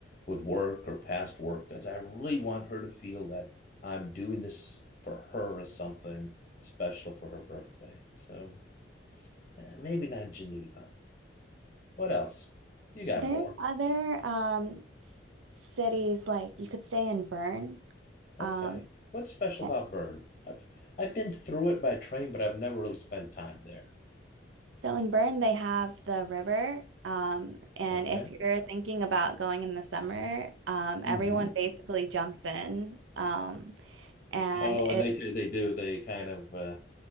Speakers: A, on the left; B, on the right.
A: with work or past work, because I really want her to feel that I'm doing this for her as something special for her birthday. So eh, maybe not Geneva. What else? You got
B: There's
A: more?
B: other um cities like you could stay in Bern.
A: Okay.
B: Um,
A: What's special
B: yeah.
A: about Bern? I've I've been through it by train, but I've never really spent time there.
B: so in Bern they have the river. Um, and
A: Okay.
B: if you're thinking about going in the summer, um,
A: hmm
B: everyone basically jumps in. Um, and
A: Oh, and
B: it's
A: they do- they do. They kind of uh,